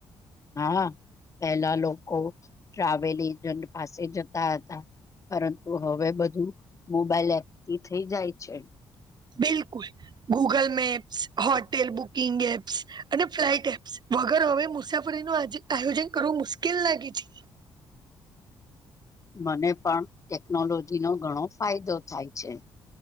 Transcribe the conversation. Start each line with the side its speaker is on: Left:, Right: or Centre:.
Left: હા પેલા લોકો ટ્રાવેલ એજન્ટ પાસે જતા હતા. પરંતુ હવે બધું મોબાઈલ એપથી થઈ જાય છે.
Right: બિલકુલ. Google maps, hotel booking apps અને ફ્લાઇટ એપ્સ. વગર હવે મુસાફરીનું આજે આયોજન કરવું મુશ્કેલ લાગે છે.
Left: મને પણ ટેકનોલોજીનો ઘણો ફાયદો થાય છે.